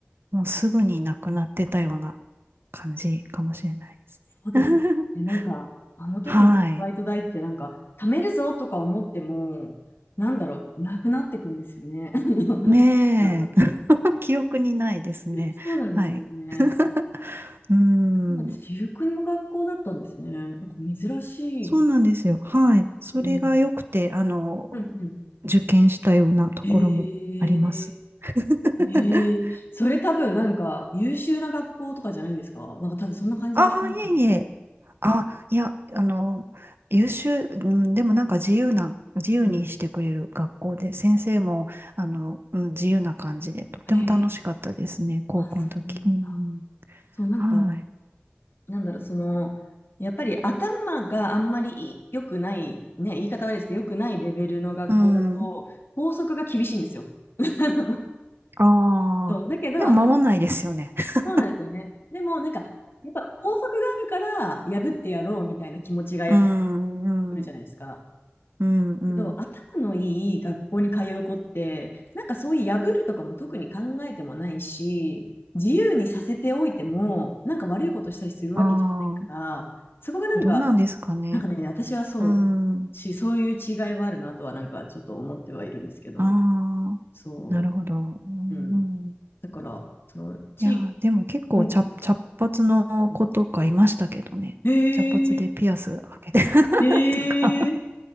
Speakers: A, on the right; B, on the left.
A: もうすぐになくなってたような感じかもしれないですね。
B: そうですねなんか、
A: <laughs>
B: あの時のバイト代ってなんか、
A: はい。
B: 貯めるぞとか思っても、なんだろう、なくなってくんですよね。<laughs>
A: ねえ。
B: なんだろう。
A: <laughs> 記憶にないですね。
B: そうなんですよね。
A: はい。<laughs> うーん。
B: そうなんです。私服の学校だったんですね。なんか珍しい。
A: そうなんですよ。はい。それが良くて、
B: うん。
A: あの、
B: うんうん。
A: 受験したようなところもあります。
B: へえ
A: <laughs>
B: ええそれ多分なんか優秀な学校とかじゃないんですかなんか多分そんな感じがします。
A: ああ、いえいえ。あ、いや、あの、優秀、うん、でもなんか自由な、自由にしてくれる学校で、
B: うん。
A: 先生も、あの、うん、自由な感じで、とっても楽しかったですね、
B: ええ
A: 高校の時。
B: あ、そうなんだ。
A: うん、
B: そう、なんか、
A: はい。
B: なんだろう、その、やっぱり頭があんまりい良くない、ね、言い方悪いですけど、良くないレベルの学校だと、
A: うん。
B: 校則が厳しいんですよ。<laughs>
A: ああー、
B: そう、だけど、
A: でも守んないですよね。
B: 頭、
A: <laughs>
B: そうなんですよね。でも、なんか、やっぱ校則があるから、破ってやろうみたいな気持ちがやっぱり
A: うん、
B: 出てくるじゃないですか。
A: うん、うん、うん。
B: けど、頭のいい学校に通う子って、なんかそういう破るとかも特に考えてもないし、自由にさせておいても、なんか悪いことしたりするわけじゃないから、
A: ああ、
B: そこがなんか、
A: どうなんですかね。
B: なんかね、私はそう
A: うん、
B: し、そういう違いはあるなとは、なんかちょっと思ってはいるんですけど、
A: あ
B: そ
A: あ、なるほど。うん、
B: う、うん。だから、その、地
A: いやー、でも結構茶、
B: うん。
A: 茶髪の子とかいましたけどね。
B: へ
A: 茶髪でピアス開けて
B: え、へえ、
A: たとか。